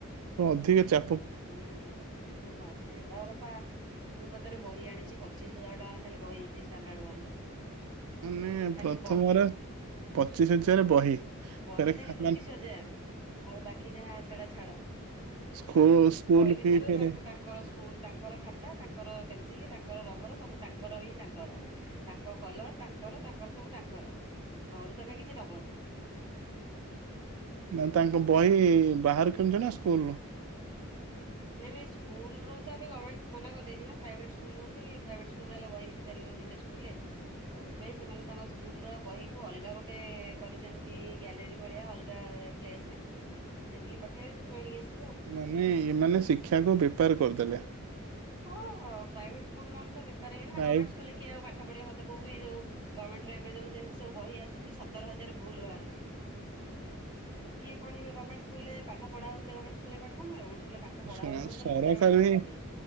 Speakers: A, on the right; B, on the right.
A: ଅଧିକ ଚା
B: ହୁଁ ମତେ ତାର ପା। ମୁଁ ତ ତାର ବହି ଆଣିଛି ପଚିଶ ହଜାର ଟଙ୍କାର ଖାଲି ବହି ଆଣିଛି ଷ୍ଟାଣ୍ଡାର୍ଡ ୱାନରେ।
A: ହୁଁ
B: ଖାଲି
A: ପ୍ରଥମରେ
B: ବହି
A: ପଚିଶ ହଜାରେ ବହି
B: ବହି
A: କରେ
B: ଖାଲି
A: ଖା
B: ପଚିଶ ହଜାର ଆଉ ବାକି ଯାହା ସେଟା ଛାଡ।
A: ସ୍କୁ
B: ଆଉ
A: ସ୍କୁଲ
B: ବହି ଭିତରେ
A: ଫି ଫେରେ
B: ତା ତାଙ୍କର ସ୍କୁଲ ତାଙ୍କର ଖାତା ତାଙ୍କର ପେନସିଲ ତାଙ୍କର ରବର ସବୁ ତାଙ୍କର ହିଁ ତାଙ୍କର, ତାଙ୍କ କଲର ତାଙ୍କର ତାଙ୍କର ସବୁ ତାଙ୍କର ଘରୁ ତମେ କିଛି ଦବନି।
A: ନା ତାଙ୍କ ବହି ବାହାରୁ କିଣୁଛ ନା ସ୍କୁଲରୁ?
B: ନାଇଁ ନାଇଁ ସ୍କୁଲରୁ ତ ଏବେ ଗମେଣ୍ଟ ମନା କରିଦେଇଛି ନା ପ୍ରାଇଭେଟ ସ୍କୁଲ ହଉ କି ପ୍ରାଇଭେଟ ସ୍କୁଲ ହେଲା ବିକି ପାରିବ ନିଜ ସ୍କୁଲରେ, ସେଥିପାଇଁ ସେମାନେ ତାଙ୍କ ସ୍କୁଲ ବହି କୁ ଅଲଗା ଗୋଟେ କରିଛନ୍ତି ଭଳିଆ ଅଲଗା ପ୍ଲେସରେ ସେଠିକି ପଠେଇବେ ସେଠୁ ଆଣିକି ଆସି
A: ମାନେ ଏମାନେ ଶିକ୍ଷାକୁ ବେପାର କରିଦେଲେ।
B: ହଁ, ପ୍ରାଇଭେଟ ସ୍କୁଲ ମାନ ତ ବେପାର ହିଁ
A: ପ୍ରାଇ
B: ଗଭର୍ଣ୍ମେଣ୍ଟ ସ୍କୁଲରେ କିଏ ପାଠ ପଢିବ ମତେ କହୁନ ଇଏ ଯୋଉ ଗଭର୍ଣ୍ଣମେଣ୍ଟରେ ଏବେ ଯୋଉ ଯେମିତି ସବୁ ବହି ଆସୁଛି ସତର ହଜାର ଭୁଲ ବାହାରୁଛି। କିଏ ପଢିବ ଗର୍ମେଣ୍ଟ ସ୍କୁଲ ରେ ପାଠ ପଢାହଉଥିଲେ ଗର୍ମେଣ୍ଟକୁ ରେ ପାଠ ପଢ ପାଠ ପଢା
A: ସ-
B: ହଉନି ବୋଲି ତ
A: ସରକାରୀ
B: ପ୍ରାଇଭେଟରେ ପାଠପଢେଇ